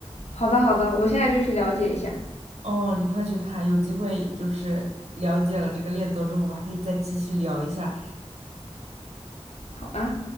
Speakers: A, on the left; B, on the right.
A: 好的好的，我现在就去了解一下。
B: 哦，你快去看，有机会就是了解了这个恋综之后，我们还可以再继续聊一下
A: 好啊。